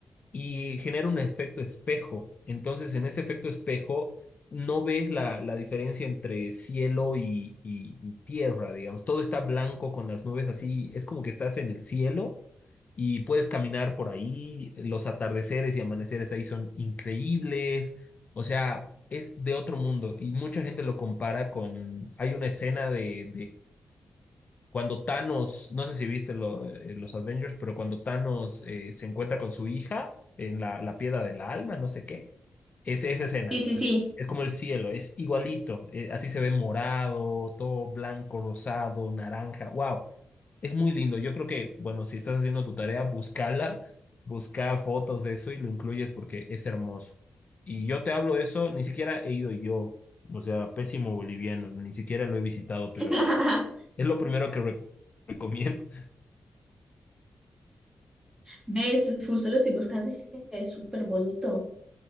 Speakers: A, on the left; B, on the right.
A: y genera un efecto espejo. Entonces, en ese efecto espejo no ves la, la diferencia entre cielo y, y- y tierra, digamos. Todo está blanco con las nubes así, es como que estás en el cielo y puedes caminar por ahí. Los atardeceres y amaneceres ahí son increíbles. O sea, es de otro mundo y mucha gente lo compara con, hay una escena de, cuando Thanos, no sé si viste lo- eh, los Avengers, pero cuando Thanos eh, se encuentra con su hija en la, la piedra del alma, no sé qué, es esa escena.
B: sí, sí, sí.
A: Es como el cielo, es igualito. eh, así se ve morado, todo blanco, rosado, naranja. Wow, es muy lindo. Yo creo que, bueno, si estás haciendo tu tarea, búscala, busca fotos de eso y lo incluyes porque es hermoso. Y yo te hablo eso, ni siquiera he ido yo, o sea, pésimo boliviano, ni siquiera lo he visitado,
B: <laughs>
A: pero es lo primero que re- recomiendo.
B: ¿Ves? Justo lo estoy buscando y se ve súper bonito.